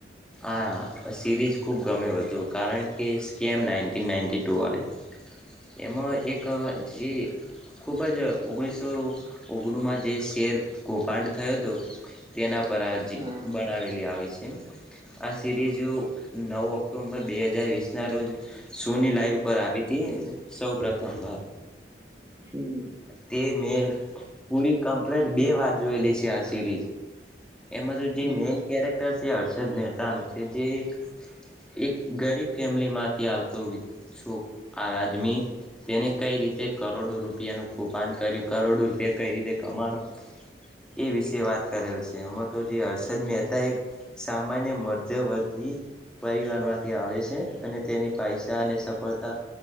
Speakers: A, in the centre; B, on the right.
A: આ સિરીઝ ખૂબ ગમે હતું કારણ કે સ્કેમ નાઇન્ટીન નાઇન્ટી ટું વાળી એમાં એક જે ખૂબ જ ઓગણીસો ઓગણુંમાં જે શેર કૌભાંડ થયો હતો તેના પરાજી
B: હા
A: બનાવેલી આવે છે આ સિરીઝ નવ ઓક્ટોમબર બે હજાર વીસ ના રોજ સોની લાઈવ પર આવી હતી સૌ પ્રથમ વાર
B: હમ
A: તે મેં પૂરી કમ્પ્લીટ બે વાર જોયેલી છે આ સિરીઝ એમાં તો જે
B: હમ
A: મેન કેરેક્ટર જે હર્ષદ મહેતાનું છે જે એક એક ગરીબ ફેમિલી માંથી આવતો છોક આ આદમી તેને કઈ રીતે કરોડો રૂપિયાનું કુફાડ કર્યું કરોડો રૂપિયા કઈ રીતે પ્રમાણ એ વિશે વાત કરેલ છે એમાં તો જે હર્ષદ મહેતા એક સામાન્ય મધ્ય વર્ગી પરિવારનમાં થી આવે છે અને તેની પૈસા અને સફળતા